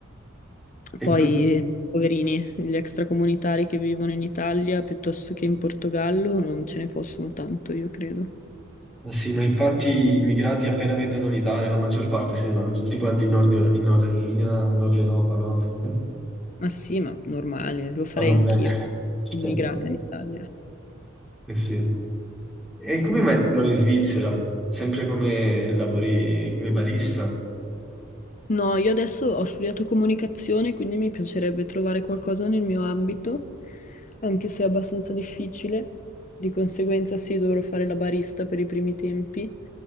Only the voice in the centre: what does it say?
E qui-
ma sì, ma infatti gli immigrati appena vedono l'Italia, la maggior parte se ne vanno tutti quanti in Nord, Euro- in Nord, in, eh, Nord Europa, no? <laughs>
Vanno
bene.
<laughs>
Eh sì. E come
mai ti trovi in Svizzera? Sempre come lavori come barista?